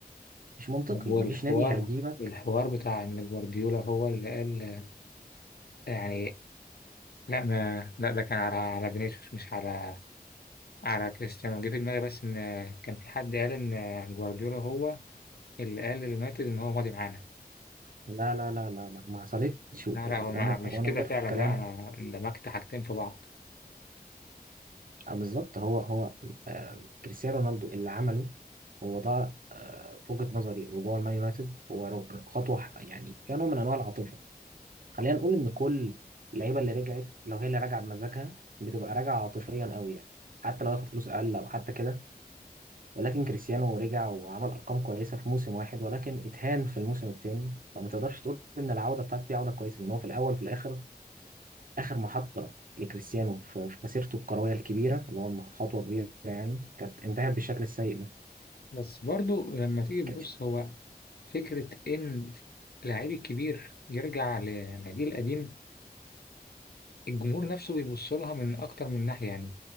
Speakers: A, on the right; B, on the left.
A: مش منطقي
B: طب والحوار
A: مفيش نادي هيجيبك
B: الحوار بتاع ان جوارديولا هو اللي قال يعني لا ما لا ده كان على على فينيسيوس مش على على كريستيانو جه في دماغي بس ان كان في حد قال ان جوارديولا هو اللي قال لليونايتد ان هو ماضي معانا
A: لا لا لا لا لا ما حصلتش و-
B: لا
A: وأنا
B: لا هو ما- مش
A: وأنا
B: كده
A: جارف
B: فعلا
A: في الكلام
B: لا انا دمجت حاجتين في بعض
A: آه، بالظبط هو هو آه، كريستيانو رونالدو اللي عمله هو ده آه، في وجهة نظري رجوع المان يونايتد هو رو- خطوة ح- يعني فيها نوع من أنواع العاطفة خلينا نقول إن كل اللعيبة اللي رجعت لو هي اللي راجعة بمزاجها بتبقى راجعة عاطفيا قوي يعني حتى لو ياخد فلوس أقل أو حتى كده ولكن كريستيانو رجع وعمل أرقام كويسة في موسم واحد ولكن اتهان في الموسم التاني فما تقدرش تقول إن العودة بتاعته دي عودة كويسة إن هو في الأول في الآخر آخر محطة لكريستيانو في في مسيرته الكروية الكبيرة اللي هو خطوة كبيرة يعني كانت انتهت بالشكل السيء ده
B: بس برضو لما تيجي تبص
A: كانت
B: هو فكرة إن لعيب الكبير يرجع لناديه القديم الجمهور نفسه بيبص لها من أكتر من ناحية يعني